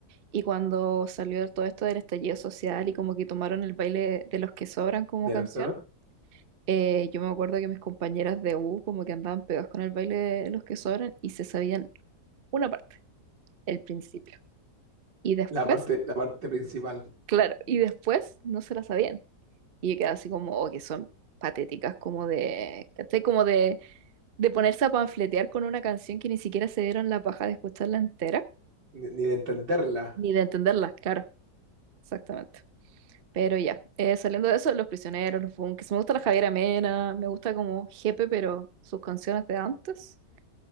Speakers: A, on the right (about 50°); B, on the right (about 85°).
A: Y cuando salió todo esto del estallido social y como que tomaron el baile de los que sobran como
B: De
A: canción,
B: Roxana.
A: eh, yo me acuerdo que mis compañeras de U como que andaban pegadas con el baile de los que sobran y se sabían una parte, el principio. Y después
B: La parte, la parte principal,
A: Claro, y después no se la sabían. Y yo quedaba así como, oh, que son patéticas, como de, ¿cachai? Como de, de ponerse a panfletear con una canción que ni siquiera se dieron la paja de escucharla entera,
B: ni, ni de entenderla.
A: ni de entenderla, claro, exactamente. Pero ya, eh, saliendo de eso, Los Prisioneros, Los Bunkers, me gusta la Javiera Mena, me gusta como Jepe, pero sus canciones de antes.